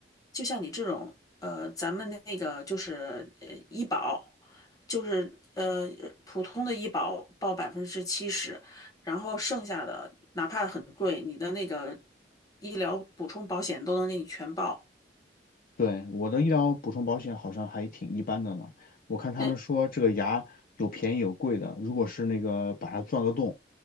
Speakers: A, on the left (about 20°); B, on the left (about 50°).
A: 就像你这种，呃，咱们那个就是呃医保，就是呃普通的医保报百分之七十，然后剩下的哪怕很贵，你的那个医疗补充保险都能给你全报。
B: 对，我的医疗补充保险好像还挺一般的呢。我看他们说这个牙有便宜有贵的，
A: 那
B: 如果是那个把它钻个洞，